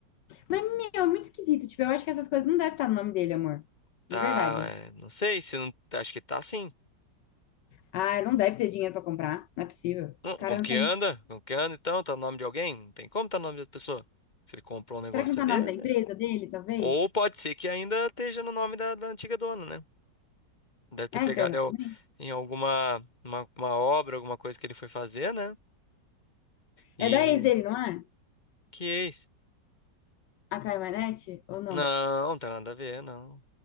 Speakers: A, on the left; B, on the left.
A: Mas, meu, é muito esquisito. Tipo, eu acho que essas coisas não devem estar no nome dele, amor.
B: Tá,
A: De verdade.
B: é, não sei se não. Acho que tá sim.
A: Ah, não deve ter dinheiro pra comprar. Não é possível.
B: Hum,
A: O cara
B: Como
A: não
B: que
A: tem.
B: anda? Como que anda então? Tá no nome de alguém? Não tem como tá no nome da pessoa. Se ele comprou um negócio
A: Será que não tá
B: é dele,
A: o nome da empresa
B: né?
A: dele, talvez?
B: Ou pode ser que ainda esteja no nome da, da antiga dona, né? Deve ter
A: É,
B: pegado
A: então, exatamente.
B: é, o- em alguma uma, uma obra, alguma coisa que ele foi fazer, né? E.
A: É da ex dele, não é?
B: Que é isso?
A: A Caio Manetti? Ou não?
B: Não, não tem nada a ver, não.